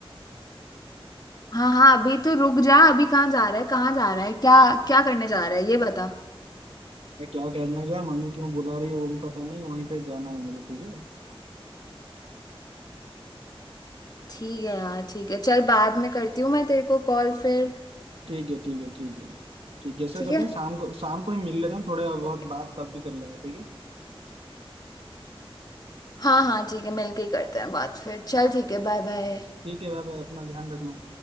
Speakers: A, on the left; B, on the right.
A: हाँ हाँ अभी तो रुक जा अभी कहाँ जा रहा है कहाँ जा रहा है क्या क्या करने जा रहा है ये बता
B: मैं क्या करना गया मम्मी क्यों बुला रही है वो भी पता नहीं वहीं पे जाना है मुझे ठीक है
A: ठीक है यार ठीक है चल बाद में करती हूँ मैं तेरे को कॉल फिर
B: ठीक है ठीक है ठीक है ठीक है ऐसा
A: ठीक
B: करते हैं शाम को शाम को ही मिल लेते हैं थोड़ा बहुत
A: है
B: बात तब भी कर लेंगे ठीक है
A: हाँ हाँ ठीक है मिलके ही करते हैं बात फिर चल ठीक है बाय बाय
B: ठीक है बाय बाय अपना ध्यान रखना